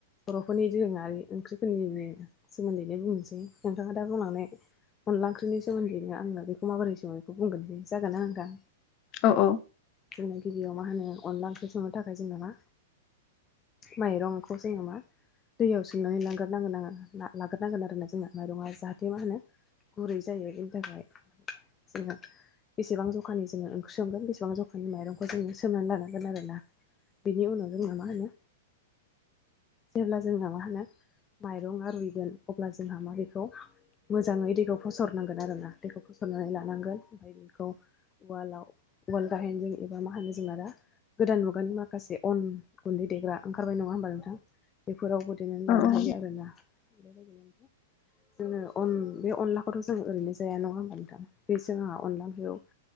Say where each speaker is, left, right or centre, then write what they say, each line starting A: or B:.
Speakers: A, on the left; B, on the left.
A: बर'फोरनि दोरोङारि ओंख्रिफोरनिनो सोमोन्दैनो बुंनोसै। नोंथाङा दा बुंलांनाय अदला ओंख्रिनि सोमोन्दैनो आं बेखौ माबोरै सङो बेखौ बुंग्रोनोसै जागोनना नोंथां?
B: औ औ।
A: जोंनो गिबियाव मा होनो अनला ओंख्रि संनो थाखाय जोंना मा माइरंखौ जोङो मा दैयाव सोमनानै लांगोरनांगोन आरो लाग्रोनांगोन आरो जोंना माइरङा जाहाथे मा होनो गुरै जायो, बेनि थाखाय जोंहा बेसेबां जखानि जोङो ओंख्रि संगोन बेसेबां जखानि माइरंखौ जोङो सोमनानै लानांगोन आरो ना। बेनि उनाव जोंना मा होनो जेब्ला जोंना मा होनो माइरङा रुइगोन अब्ला जोंहा मा बेखौ मोजाङै दैखौ फसरनांगोन आरोना दैखौ फसरनानै लानांगोन। बेखौ उवालाव, उवाल गाहेनजों एबा मा होनो जोंना दा गोदान मुगानि माखासे अन गुन्दै देग्रा ओंखारबाय नङा होमबा नों बेफोरावबो देनानै लानो
B: औ
A: हायो आरोना बेबायदिनो जोङो अन बे अनलाखौथ' जों ओरैनो जाया नङा होनबा नोंथां बे जों आंहा अनला ओंख्रियाव